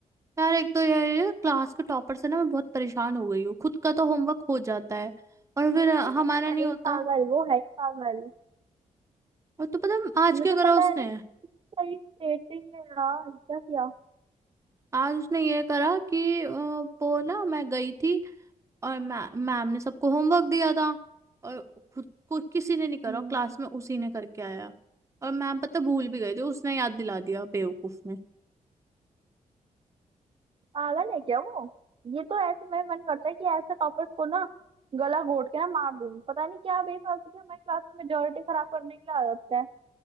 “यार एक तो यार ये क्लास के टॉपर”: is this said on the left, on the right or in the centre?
Right